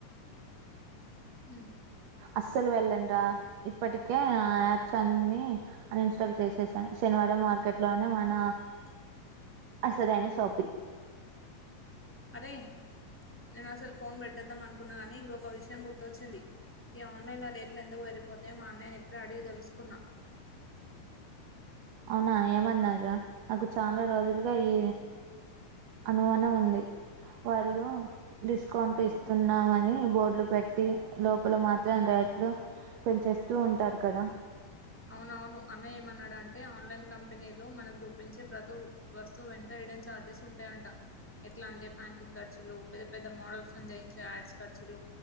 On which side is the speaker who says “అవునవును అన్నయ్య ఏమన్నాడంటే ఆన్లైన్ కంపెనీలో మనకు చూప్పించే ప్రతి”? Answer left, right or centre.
Centre